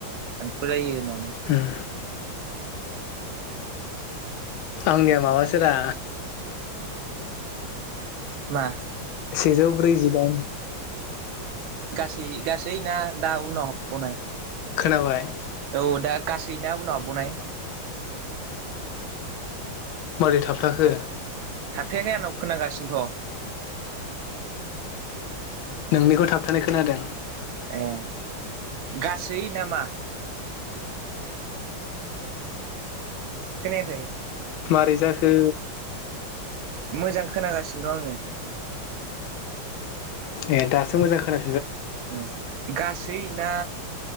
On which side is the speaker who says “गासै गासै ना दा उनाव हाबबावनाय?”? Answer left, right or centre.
Right